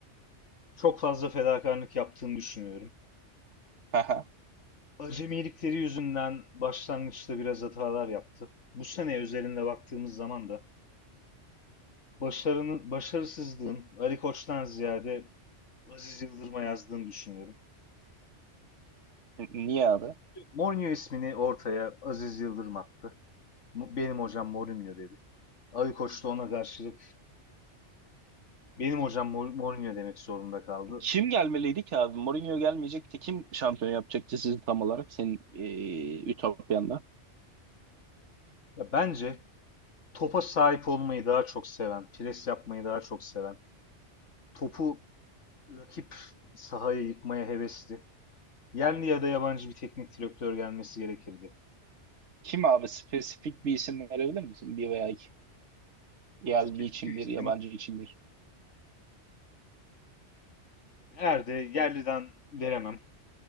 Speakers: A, on the left; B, on the right.
A: Çok fazla fedakarlık yaptığını düşünüyorum.
B: Haha.
A: Acemilikleri yüzünden başlangıçta biraz hatalar yaptı. Bu sene özelinde baktığımız zaman da Başarının, başarısızlığın Ali Koç'tan ziyade Aziz Yıldırım'a yazdığını düşünüyorum.
B: N- Niye abi?
A: Mourinho ismini ortaya Aziz Yıldırım attı. Mu- Benim hocam Mourinho dedi. Ali Koç da ona karşılık benim hocam Mor- Mourinho demek zorunda kaldı.
B: Kim gelmeliydi ki abi? Mourinho gelmeyecekti. Kim şampiyon yapacaktı sizi tam olarak senin ee, Ütopya'nda?
A: Ya bence topa sahip olmayı daha çok seven, pres yapmayı daha çok seven, topu rakip sahaya yıkmaya hevesli, yerli ya da yabancı bir teknik direktör gelmesi gerekirdi.
B: Kim abi? Spesifik bir isim verebilir misin? Bir veya iki. Yerli
A: Spesifik
B: için bir,
A: isim,
B: yabancı için bir.
A: eğer de yerliden veremem.